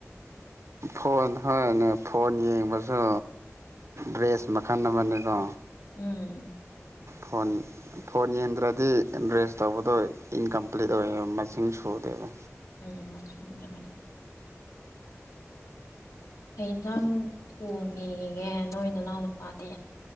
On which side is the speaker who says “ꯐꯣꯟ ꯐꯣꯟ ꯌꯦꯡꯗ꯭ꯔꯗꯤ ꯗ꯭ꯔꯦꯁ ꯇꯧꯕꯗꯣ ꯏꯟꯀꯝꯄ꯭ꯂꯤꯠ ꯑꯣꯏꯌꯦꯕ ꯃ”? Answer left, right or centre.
Right